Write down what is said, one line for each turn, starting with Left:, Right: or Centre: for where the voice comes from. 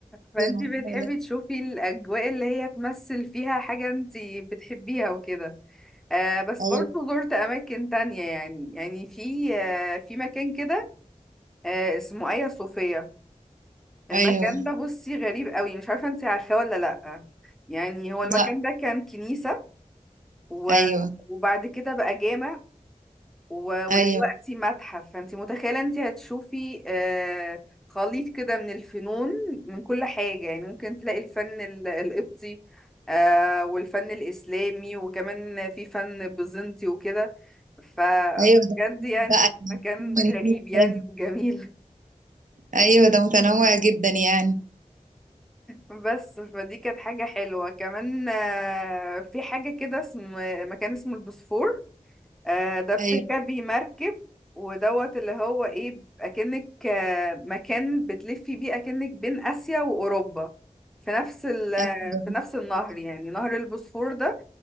Centre: فانتي
Right: ايوه
Centre: بتحبي
Right: فعلا.
Centre: تشوفي الأجواء اللي هي تمثل فيها حاجة انتي بتحبيها وكده آه بس
Right: ايوه
Centre: برضه زرت أماكن تانية يعني يعني في آه في مكان كده آه اسمه آيا صوفيا المكان
Right: ايوه
Centre: ده بصي غريب قوي مش عارفة انت عارفاه ولا لأ يعني هو
Right: لا
Centre: المكان ده كان كنيسة و...
Right: ايوه
Centre: وبعد كده بقى جامع و... ودلوقتي
Right: ايوه
Centre: متحف فانت متخيلة انت هتشوفي آه خليط كده من الفنون من كل حاجة يعني ممكن تلاقي الفن ال... القبطي آه والفن الإسلامي وكمان في فن بيزنطي وكده ف... فبجد
Right: ايوه ده بقى
Centre: يعني مكان
Right: من
Centre: غريب
Right: كل
Centre: يعني
Right: حاجه
Centre: وجميل
Right: ايوه ده متنوع جدا يعني
Centre: بس فدي كانت حاجة حلوة كمان آه، في حاجة كده اسم مكان اسمه البوسفور آه، ده بتركبي
Right: ايوه
Centre: مركب ودوت اللي هو ايه اكنك آه، مكان بتلفي بيه اكنك بين اسيا واوروبا في نفس ال
Right: ايوه
Centre: في نفس النهر يعني نهر البوسفور ده